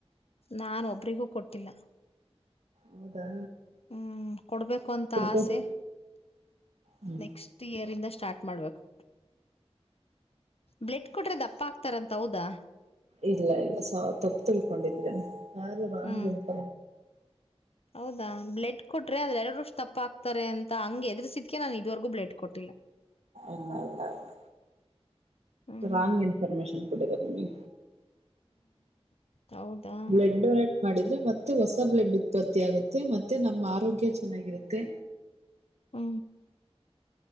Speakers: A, on the left; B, on the right.
A: ನಾನ ಒಬ್ರಿಗೂ ಕೊಟ್ಟಿಲ್ಲ
B: ಹೌದಾ
A: ಹ್ಮ್ ಕೊಡ್ಬೇಕು ಅಂತ
B: ಕೊಡ್ಬೇಕು
A: ಆಸೆ
B: ಹ್ಮ್
A: ನೆಕ್ಸ್ಟ್ ಇಯರ್ ಇಂದ ಸ್ಟಾರ್ಟ್ ಮಾಡ್ಬೇಕು ಬ್ಲೆಡ್ ಕೊಟ್ರೆ ದಪ್ಪ ಆಗ್ತಾರಂತ ಹೌದಾ
B: ಇಲ್ಲ ಇಲ್ಲ ಸಾವ ತಪ್ಪು ತಿಳ್ಕೊಂಡಿದೀರ ಯಾರು ರಾಂಗ್ಗೆಂಪ
A: ಹ್ಮ್ ಹೌದಾ ಬ್ಲಡ್ ಕೊಟ್ರೆ ಅದ್ರೆರರುೂಷ್ಟು ತಪ್ಪ ಆಗ್ತಾರೆ ಅಂತ ಹಂಗ್ ಎದ್ರಸಿದ್ಕೆ ನಾನ್ ಇದುವರೆಗೂ ಬ್ಲಡ್ ಕೊಟ್ಟಿಲ್ಲ <inaudible>
B: ಇಲ್ಲ ಇಲ್ಲ ಇಲ್ಲ
A: ಹ್ಮ್
B: ರಾಂಗ್ ಇನ್ಫರ್ಮೇಶಷನ್ ಕೊಡಗರಮಿ
A: ಹೌದಾ
B: ಬ್ಲಡ್ ಡೊನೇಟ್ ಮಾಡಿದ್ರೆ ಮತ್ತೆ ಹೊಸ ಬ್ಲಡ್ ಉತ್ಪತ್ತಿ ಆಗುತ್ತೆ ಮತ್ತೆ ನಮ್ಮ ಆರೋಗ್ಯ ಚೆನ್ನಾಗಿರುತ್ತೆ
A: ಹ